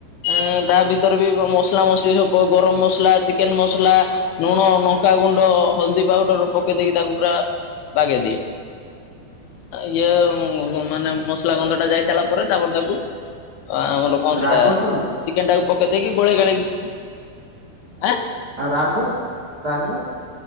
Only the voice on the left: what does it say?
ଆଁ ତା ଭିତରେ ବି ମସଲା ମସଲି ସବୁ ଗରମ ମସଲା ଚିକେନ ମସଲା ଲୁଣ ନଙ୍କା ଗୁଣ୍ଡ ହଳଦୀ ପାଉଡର ପକେଇ ଦେଇକି ତାକୁ ପୁରା ବାଗେଇଦିଏ। ଇଏ ମାନେ ମସଲା ଗନ୍ଧ ଟା ଯାଇ ସାରିଲା ପରେ ତାପରେ ତାକୁ ଆମର କଣ ସେଟା
ଚିକେନ ଟାକୁ ପକେଇ ଦେଇକି ଗୋଳେଇ ଗୋଳା ଇକି ଆଁ